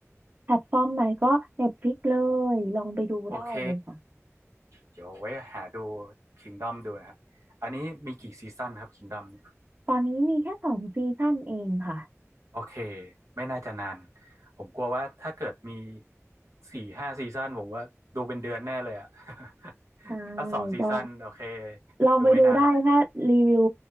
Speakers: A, on the right; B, on the right.
A: แพลตฟอร์มไหนก็ Netflix เลยลองไปดูได้เลยค่ะ
B: โอเคเดี๋ยวไว้หาดู Kingdom ดูนะครับอันนี้มีกี่ซีซั่นครับ Kingdom เนี่ย
A: ตอนนี้มีแค่สองซีซั่นเองค่ะ
B: โอเค ไม่น่าจะนาน ผมกลัวว่าถ้าเกิดมีสี่ห้าซีซั่นผมว่าดูเป็นเดือนแน่เลยอะ <laughs>
A: ใช่
B: ถ้าสองซีซั่นโอเค
A: ก็ลองไปดูได้ถ้ารีวิว
B: ดูไม่นานหรอก